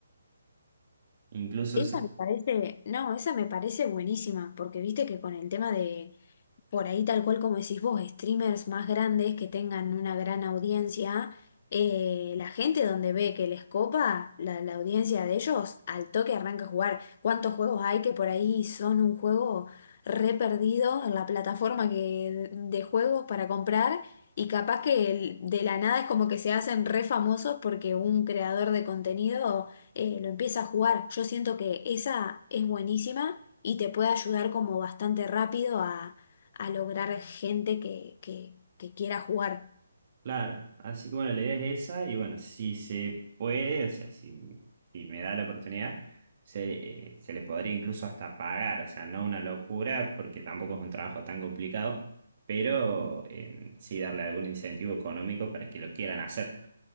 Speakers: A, on the right (about 45°); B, on the left (about 40°).
A: Incluso
B: Esa
A: se
B: me parece, no, esa me parece buenísima, porque viste que con el tema de por ahí tal cual como decís vos, streamers más grandes que tengan una gran audiencia, eh, la gente donde ve que les copa, la, la audiencia de ellos, al toque arranca a jugar. ¿Cuántos juegos hay que por ahí son un juego re perdido en la plataforma que, de juegos para comprar? Y capaz que el- de la nada es como que se hacen re famosos porque un creador de contenido eh, lo empieza a jugar. Yo siento que esa es buenísima y te puede ayudar como bastante rápido a lograr gente que, que, que quiera jugar.
A: Claro, así que bueno, la idea es esa y bueno, si se puede, o sea, si, si me da la oportunidad, se, eh, se le podría incluso hasta pagar, o sea, no una locura porque tampoco es un trabajo tan complicado, pero eh, sí darle algún incentivo económico para que lo quieran hacer.